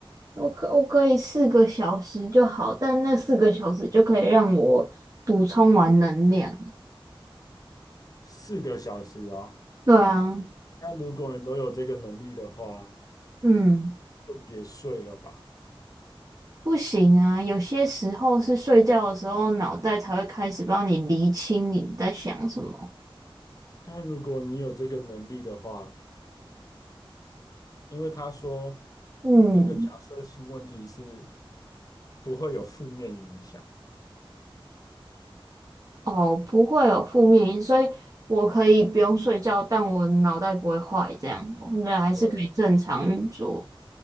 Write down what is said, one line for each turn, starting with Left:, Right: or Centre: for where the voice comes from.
Right: 我可我可以四个小时就好，但那四个小时就可以让我补充完能量。
Left: 四个小时哦。
Right: 对啊，
Left: 那如果你都有这个能力的话，
Right: 嗯，
Left: 就别睡了吧。
Right: 不行啊，有些时候是睡觉的时候，脑袋才会开始帮你厘清你在想什么。
Left: 但如果你有这个能力的话，因为他说
Right: 嗯。
Left: 这个假设性问题是。不会有负面影响。
Right: 哦，不会有负面因，所以我可以不用睡觉，但我脑袋不会坏，这样我那还是可以正常运作。
Left: 对，